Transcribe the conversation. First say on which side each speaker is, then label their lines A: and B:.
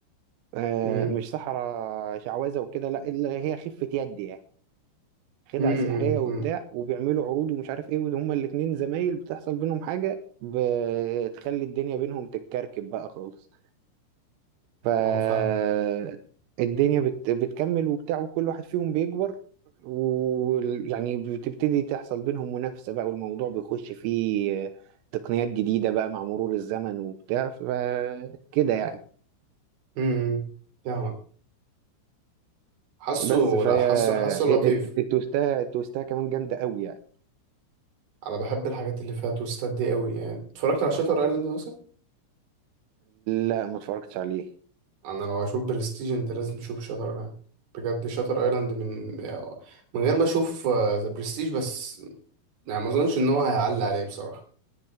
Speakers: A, on the right (about 80°); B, on the right (about 50°).
A: آه،
B: امم
A: مش سحرة شعوذة وكده لا اللي هي خفة يد يعني خدع
B: امم
A: سحرية وبتاع
B: امم
A: وبيعملوا عروض ومش عارف ايه وهما الاتنين زمايل بتحصل بينهم حاجة بتخلي الدنيا بينهم تتكركب بقى خالص فالدنيا
B: هو فاهمه
A: بت... بتكمل وبتاع وكل واحد فيهم بيكبر ويعني بتبتدي تحصل بينهم منافسة بقى والموضوع بيخش فيه تقنيات جديدة بقى مع مرور الزمن وبتاع فكده يعني
B: امم إمم. فاهمك حاسه
A: بس فهي
B: لا حاسه حاسه لطيف
A: الت- التوستاية التوستاية كمان جامدة قوي يعني
B: انا بحب الحاجات اللي فيها توستات دي قوي يعني اتفرجت على شاتر ايلاند مثلا
A: لا ما اتفرجتش عليه
B: انا لو هشوف برستيج انت لازم تشوف شاتر ايلاند بجد شاتر ايلاند من من غير ما اشوف ذا برستيج بس يعني ما اظنش ان هو هيعلي عليه بصراحه